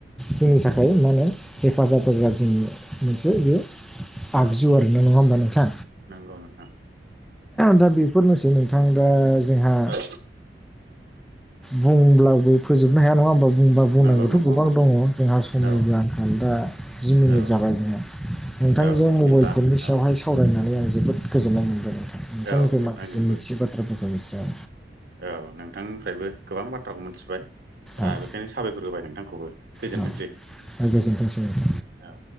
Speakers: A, in the centre; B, on the right.
A: जोंनि थाखाय मा होनो हेफाजाब होग्रा जोंनि मोनसे बे आगजु
B: औ
A: आरोना नङा होमबा नोंथा
B: नंगौ नोंथा।
A: दा बेफोरनोसै नोंथां दा जोंहा
B: औ
A: बुंब्लाबो फोजोबनो हाया नङा होमबा? बुंबा बुंनांगौथ'
B: नंगौ नंगौ
A: गोबां दङ जोंहा समनिबो
B: औ
A: आंखाल दा। जि मिनिट
B: औ
A: जाबाय
B: नंगौ
A: जोंहा नोंथांजों
B: औ बिदिब्ला
A: मबाइल फननि सायावहाय
B: औ
A: सावरायनानै आं जोबोद गोजोननाय मोनबाय नोंथां नोंथांनिफ्राय
B: औ नोंथांजोंबो
A: माखासे मिथियै बाथ्राफोरखौ मिथि
B: औ नोंथांनिफ्रायबो गोबां बाथ्राखौ मिथिबाय। दा
A: आं
B: बेखायनो साबायखर होबाय नोंथांखौबो गोजोनथोंसै।
A: औ औ गोजोनथोंसै नोंथां
B: औ।